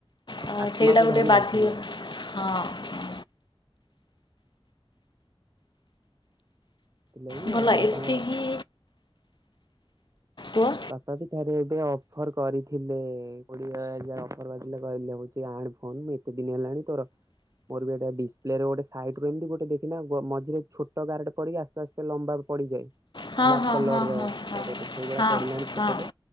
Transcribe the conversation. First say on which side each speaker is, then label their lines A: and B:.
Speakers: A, on the left; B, on the right.
A: ହ
B: ଆତ୍ମାକୁ
A: ସେଇଟା ଗୋଟେ
B: ଭାରି
A: ବାଧ୍ୟ
B: ବାଧିଲା।
A: ହଁ। ହଁ।
B: ସେଥିଲାଗି
A: ଭଲ
B: ଆଉ ବାପା
A: ଏତିକି କୁହ
B: ବାପା ବି ଥରେ ଏବେ ଅଫର କରିଥିଲେ କୋଡିଏ ହଜାର ଅଫର କରିଥିଲେ କହିଲେ ହଉଛି ଆଣେ ଫୋନ କେତେ ଦିନିହେଲାଣି ତୋର? ମୋର ବି ଏଟ ଡିସପ୍ଲେରେ ଗୋଟେ ସାଇଟ ରୁ ଏମିତି ଗୋଟେ ଦେଖିନ ମଝିରେ ଛୋଟ ଗାର ପଡି ଆସ୍ତେ ଆସ୍ତେ ଯୋଉ ଲମ୍ବା ପଡିଯାଏ
A: ହଁ
B: ବ୍ଲାକ୍
A: ହଁ
B: କଲର
A: ହଁ
B: ର
A: ହଁ ହଁ
B: ସେଇଭଳିଆ।
A: ହଁ
B: ପଡିଲାଣି ଛୋଟଟେ
A: ହଁ